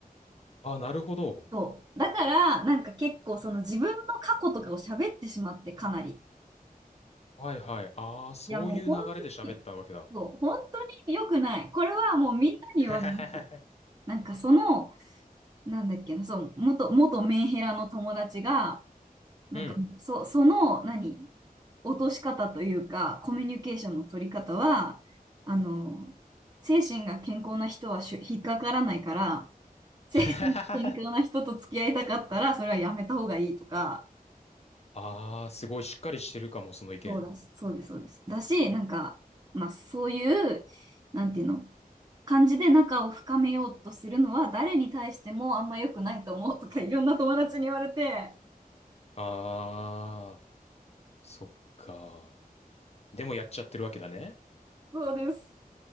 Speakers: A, on the left; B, on the right.
A: ああ、なるほど。
B: そう。だから、なんか結構その自分の過去とかを喋ってしまってかなり。
A: はいはい。ああ、そういう流れで喋ったわけだ。
B: いやもう本当に、そう、本当に良くない。これはもうみんなに言われました。
A: <laughs>
B: なんかその、なんだっけな、そう、元、元メンヘラの友達が、なんか、
A: うん。
B: そ、その、何、落とし方というか、コミュニケーションの取り方は、あの、精神が健康な人はしゅ引っかからないから、精神が健康な人と付き合いたかったら、
A: <laughs>
B: それはやめた方がいいとか、
A: ああ、すごいしっかりしてるかも、その意見。
B: そうだし、そうです、そうです。だし、なんか、まあ、そういう、なんていうの、感じで仲を深めようとするのは、誰に対してもあんま良くないと思うとか、いろんな友達に言われて、
A: ああ、そっか。でもやっちゃってるわけだね。
B: そうです。